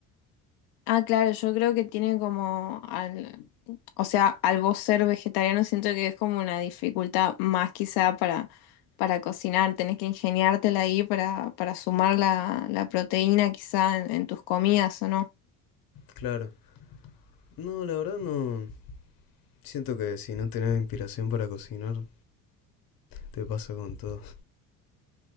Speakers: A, on the left; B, on the left.
A: Ah, claro, yo creo que tiene como al, o sea, al vos ser vegetariano siento que es como una dificultad más quizá para, para cocinar, tenés que ingeniártela ahí para, para sumar la, la proteína quizá en, en tus comidas, ¿o no?
B: Claro. No, la verdad no... Siento que si no tenés inspiración para cocinar, te pasa con todo.